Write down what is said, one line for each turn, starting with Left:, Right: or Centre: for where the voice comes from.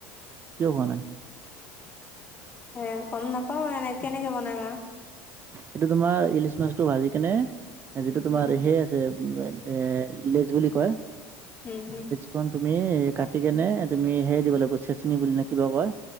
Right: কিয় খোৱা নাই?
Left: এ গম নাপাওঁ, এনে কেনেকে বনাই বা।
Right: এইটো তোমাৰ ইলিচ মাছটো ভাজি কেনে, হেৰিটো
Left: উম
Right: তোমাৰ সেই আ যে এ লেজ বুলি কয়।
Left: উম হম।
Right: ন তুমি কাটি কেনে তুমি হেৰি দিব লাগিব, চেচনি বুলি নে কিবা কয়।